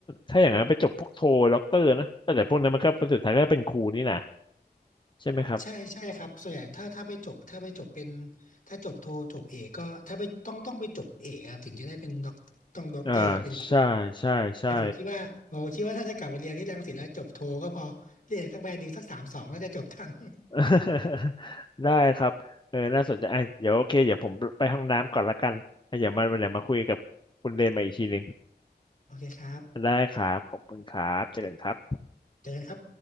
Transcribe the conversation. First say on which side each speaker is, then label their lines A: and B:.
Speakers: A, on the left; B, on the left.
A: ถ้าอย่างนั้นไปจบพวกโทด็อกเตอร์นะแต่พวกนั้นมันก็สุดท้ายก็เป็นครูนี่นะใช่ไหมครับ
B: ใช่ใช่ครับส่วนใหญ่ถ้าถ้าไปจบถ้าไปจบเป็นถ้าจบโทจบเอกก็ถ้าไปต้องต้องไปจบเอกครับถึงจะได้เป็นด็อกต้องด็อกเตอร์เป็นครู
A: อ่าใช่ใช่ใช่
B: แต่ผมคิดว่าผอคิดว่าถ้าจะกลับไปเรียนที่รังสิตแล้วจบโทก็พอเรียนสักแบรนด์หนึ่งสักสามสองน่าจะจบทัน <laughs>
A: <laughs> ได้ครับเออน่าสนใจอ่ะเดี๋ยวโอเคเดี๋ยวผมไปห้องน้ำก่อนละกันอ่ะเดี๋ยวมาเดี๋ยวมาคุยกับคุณเรนมาอีกทีหนึ่ง
B: โอเคครับ
A: ได้ครับขอบคุณครับเจอกันครับ
B: เจอกันครับ